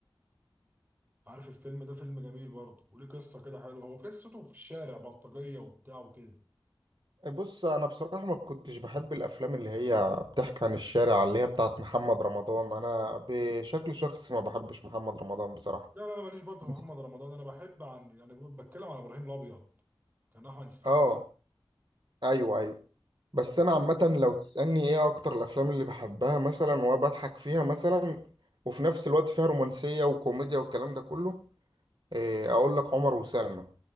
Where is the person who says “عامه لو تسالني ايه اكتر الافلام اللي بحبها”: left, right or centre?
Right